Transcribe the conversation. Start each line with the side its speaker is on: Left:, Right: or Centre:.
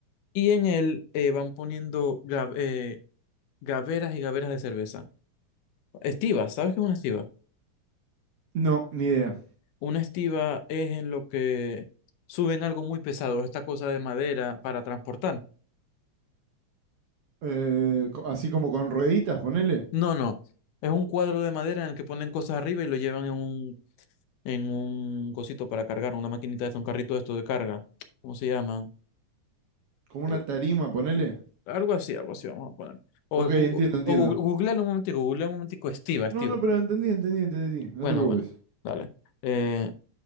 Left: Y en él eh, van poniendo ga- eh, gaveras y gaveras de cerveza. Estiva, ¿sabes qué es una estiva?
Right: No, ni idea.
Left: Una estiva es en lo que suben algo muy pesado, esta cosa de madera para transportar.
Right: Eh, co- así como con rueditas, ponele.
Left: No, no. Es un cuadro de madera en el que ponen cosas arriba y lo llevan en un, en un cosito para cargar, una maquinita de un carrito de esto de carga. ¿Cómo se llama?
Right: Como una
Left: Eh,
Right: tarima, ponele.
Left: algo así, algo así vamos a poner. O,
Right: Ok,
Left: es gu-
Right: entiendo, entiendo.
Left: o gu- googlealo un momentico, googlealo un momentico, estiva, estiva.
Right: No, no, pero entendí, entendí, entendí. No
Left: Bueno,
Right: te preocupes.
Left: bueno, dale. Eh,